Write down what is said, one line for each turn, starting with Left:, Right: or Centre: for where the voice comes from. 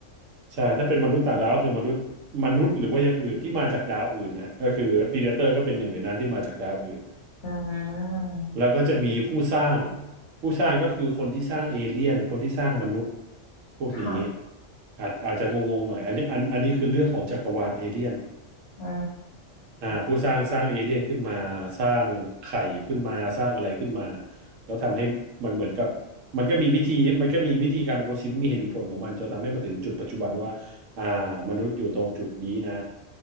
Right: ใช่ถ้าเป็นมนุษย์ต่างดาวก็คือมนุษย์มนุษย์หรือว่าอย่างอื่นที่มาจากดาวอื่นนะก็คือพีเดเตอร์ก็เป็นหนึ่งในนั้นที่มาจากดาวอื่น
Left: อืม
Right: แล้วก็จะมีผู้สร้าง ผู้สร้างก็คือคนที่สร้างเอเลี่ยน คนที่สร้างมนุษย์พวกนี้
Left: ค่ะ
Right: อาจอาจจะงงๆหน่อยอันนี้อันอันนี้คือเรื่องของจักรวาลเอเลี่ยน
Left: อื
Right: อ่าผู้สร้างสร้างเอเลี่ยนขึ้นมาสร้างไข่ขึ้นมาสร้างอะไรขึ้นมา
Left: ม
Right: แล้วทำให้มันเหมือนกับมันก็มีวิธีมันก็มีวิธีการดำรงชีวิตมีเหตุมีผลของมันจนทำให้มาถึงจุดปัจจุบันว่าอ่ามนุษย์อยู่ตรงจุดนี้นะ